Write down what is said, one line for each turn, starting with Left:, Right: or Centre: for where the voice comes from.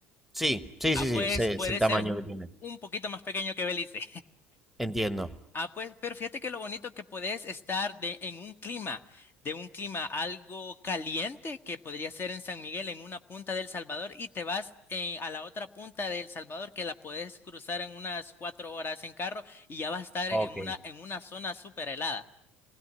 Centre: Sí, sí,
Left: Ah,
Centre: sí, sí,
Left: pues
Centre: sé,
Left: puede
Centre: es el
Left: ser
Centre: tamaño que tiene.
Left: un poquito más pequeño que Belice.
Centre: Entiendo.
Left: Ah, pues, pero fíjate que lo bonito que podés estar de, en un clima, de un clima algo caliente, que podría ser en San Miguel, en una punta del Salvador, y te vas eh, a la otra punta del Salvador, que la podés cruzar en unas cuatro horas en carro, y ya vas a estar
Centre: Ok.
Left: en una, en una zona súper helada.